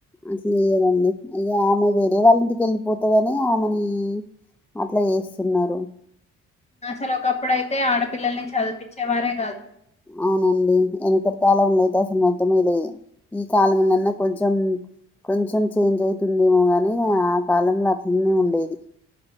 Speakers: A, in the centre; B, on the left.
A: అట్లేయరండి ఇగ ఆమె వేరే వాళ్ళింటికి వెళ్ళిపోతదని ఆమెని అట్లా ఏస్తున్నారు.
B: అసలు ఒకప్పుడుయితే ఆడపిల్లల్ని చదిపిచ్చే వారే కాదు.
A: అవునండి వెనకటి కాలంనా అయితే అసలు మొత్తమే లేదు. ఈ కాలంనన్నా కొంచెం కొంచెం చేంజ్ అయితుందేమో గాని ఆ కాలంలో అట్నే ఉండేది.